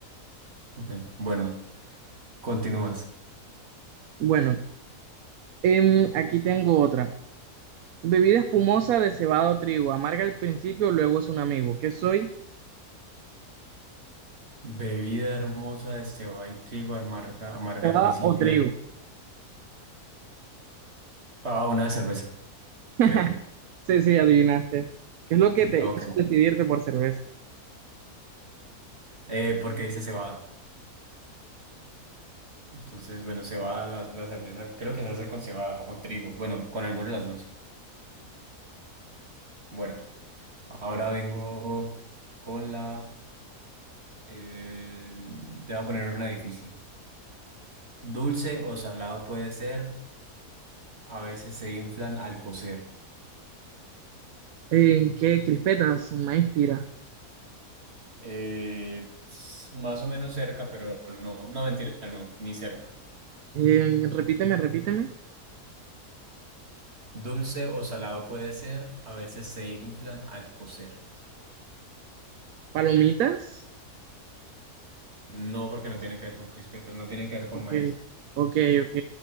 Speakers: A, on the right; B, on the right.
A: Ok, bueno, continúas.
B: Bueno, em, aquí tengo otra. Bebida espumosa de cebada o trigo, amarga al principio, luego es un amigo. ¿Qué soy?
A: Bebida hermosa de cebada y trigo, amarga, amarga
B: ¿Cebada
A: al principio.
B: o trigo?
A: Ah, una cerveza,
B: <laughs>
A: creo.
B: Sí, sí, adivinaste. ¿Qué es lo que
A: Sí,
B: te
A: ok.
B: hizo decidirte por cerveza?
A: Eh, porque dice cebada. Entonces, bueno, cebada, la, la cerveza creo que se hace con cebada o con trigo. Bueno, con alguna de las dos. Bueno, ahora vengo con la... eh, te voy a poner una difícil. Dulce o salado puede ser, a veces se inflan al cocer.
B: ¿En qué crispetas? Maíz pira.
A: Eh, s- más o menos cerca, pero no, no mentira, no, ni cerca.
B: En- repíteme, repíteme.
A: Dulce o salado puede ser, a veces se inflan al cocer.
B: ¿Palomitas?
A: No, porque no tiene que ver con crispetas, no tiene que ver con
B: Ok,
A: maíz.
B: ok, ok.